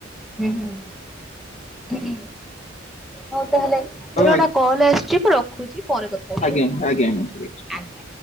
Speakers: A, in the centre; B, on the left (about 35°).
A: ହୁଁ ହୁଁ ହଉ ତା ହେଲେ ମୋର
B: ହଉ
A: ଗୋଟେ କଲ୍ ଆସିଛି ମୁଁ ରଖୁଛି ପରେ କଥା ହେବି
B: ଆଜ୍ଞ ଆଜ୍ଞ ଆଜ୍ଞା ଠିକ
A: ଆଜ୍ଞା।
B: ଅଛି।